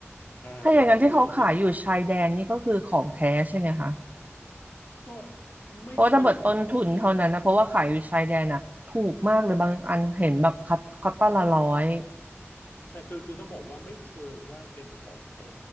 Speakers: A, on the left; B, on the right.
A: อ่าแล้วคุณอุ้ยลองคิด
B: ถ้าอย่างนั้นที่เขาขายอยู่ชายแดนนี่ก็คือของแท้ใช่ไหมคะ
A: ก็ไม่เชิงว่าของ
B: เพราะว่าถ้าเบิดต้นทุนเท่านั้นนะเพราะว่าขายอยู่ชายแดนน่ะถูกมากเลยบางอันเห็นแบบคัตคัตตอนละร้อย
A: ใช่คือคือต้องบอกว่าไม่เชิงว่าเป็นของแท้